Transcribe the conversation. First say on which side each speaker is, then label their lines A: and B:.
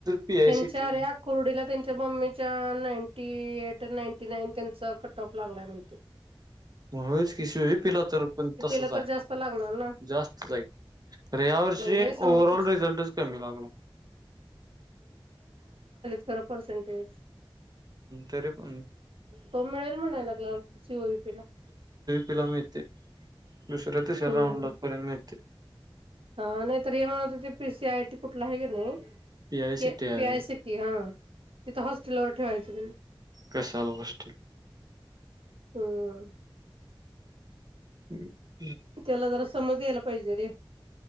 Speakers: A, on the right; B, on the right.
A: पी आय
B: त्यांच्या्या
A: सी टी
B: कुर्डीला त्यांच्या त्या मम्मीच्या नाईंटी एट नाईंटी नाईन त्यांचा कट ऑफ लागलाय म्हण
A: म होय च <unintelligible> वे पिला तर पण तसच
B: ला तर
A: आहे
B: जास्त लागणार ना
A: जास्तच हाय पण या वर्षी
B: म्हणजे समृद्धच
A: ओ्हर ऑल रिझल्टच कमी लागलाय
B: स र परसेंटेज
A: तरी पण
B: तोमिळेल म्हणाय लागला त सिओयापीला
A: तिला मिळतंय दुसऱ्या तिसऱ्या
B: हम्म
A: राऊंडपर्यंत मिळतंय ते
B: हा नाही तर हे म्हणत ते पी सी आय टी कुठला आहे क नाही
A: P I C
B: K
A: T आहे
B: P आय सी टी हा ती तर हस्टेलवर ठेवायचन ना
A: कशाल गोष्टी
B: हम्म
A: हम्म
B: त्याला जरा समज यायला पाहिजे रे